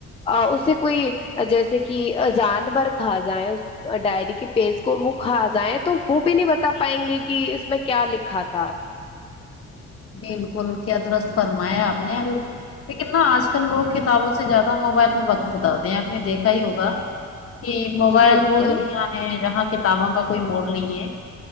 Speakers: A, on the left (about 20°); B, on the left (about 50°).
A: اسے کوئی جیسے کہ جانور کھا جائیں ڈائری کے پیج کو وہ کھا جائیں تو وہ بھی نہیں بتا پائیں گے کہ اس میں کیا لکھا تھا
B: بالکل کیا درست فرمایا آپ نے لیکن نا آج کل لوگ کتابوں سے زیادہ موبائل میں وقت بتاتے ہیں آپ نے دیکھا ہی ہوگا کہ موبائل
A: جی بالکل
B: وہ دنیا ہے جہاں کتابوں کا کوئی مول نہیں ہے